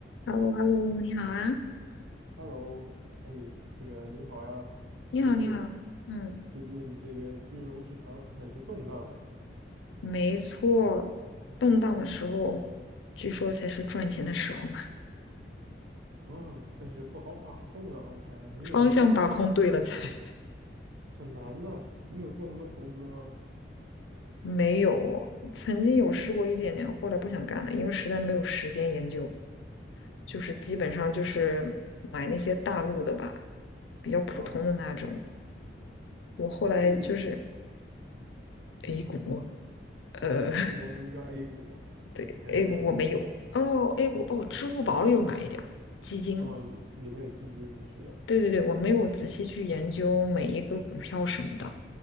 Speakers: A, on the left (about 80°); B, on the right (about 85°).
A: h e l l o h e l l o 你好啊，
B: Hello，哎呀，这个你好呀，
A: 你好，
B: 最近
A: 你好，嗯，
B: 最近这个金融市场很是动荡啊，
A: 没错，动荡的时候，据说才是赚钱的时候嘛，
B: 啊、但是不好把控啊，我天呐，你有什么
A: 方向把控对了才。
B: 很难的？你有做什么投资吗？
A: 没有，曾经有试过一点点，后来不想干了，因为实在没有时间研究，就是基本上就是买那些大陆的吧，
B: 哦，
A: 比较普通的那种。
B: 哦
A: 我后来就是
B: ，A 股，
A: A 股，呃，
B: 对，中国不就叫 A 股吗？
A: <laughs> 对，A
B: 你还是买基金
A: 股我没有，哦，A 股哦，
B: 啊
A: 支付宝里有买一点儿基金。
B: 啊，里里面有基金，是的，
A: 对对对，我没有仔细去研究每一个股票什么的，